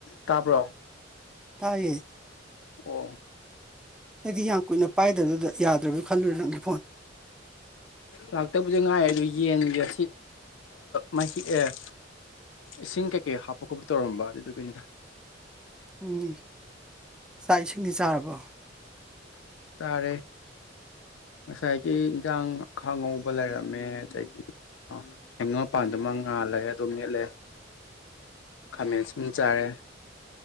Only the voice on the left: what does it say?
ꯇꯥꯔꯕ
ꯑꯣ
ꯂꯥꯛꯇꯕꯨꯗꯤ ꯉꯥꯏ ꯑꯗꯨ ꯌꯦꯟꯒꯦ ꯑꯁꯤ ꯃꯍꯤ ꯑꯦ ꯏꯁꯤꯡ ꯀꯩꯀꯩ ꯍꯥꯞꯄ ꯈꯣꯠꯄ ꯇꯧꯔꯝꯕ ꯑꯗꯨꯗꯨꯒꯤꯅꯤꯣꯗ
ꯆꯥꯔꯦ ꯉꯁꯥꯏꯒꯤ ꯍꯛꯆꯥꯡ ꯈꯥꯡꯉꯧꯕ ꯂꯩꯔꯝꯃꯤ ꯃꯦ ꯑꯗꯒꯤ ꯑ ꯍꯉꯣꯄꯥꯟꯗꯨꯃꯉꯥꯜꯂꯒ ꯍ ꯇꯣ ꯌꯦꯂꯦ ꯈꯃꯦꯁ ꯆꯔꯦ